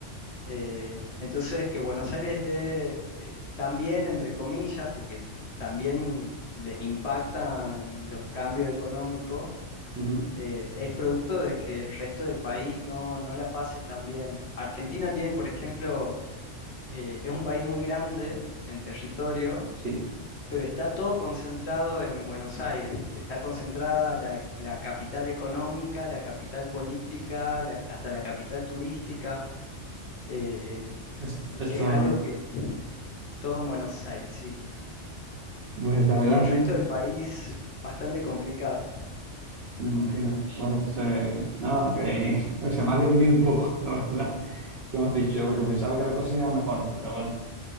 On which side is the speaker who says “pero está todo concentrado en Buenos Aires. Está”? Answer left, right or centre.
Left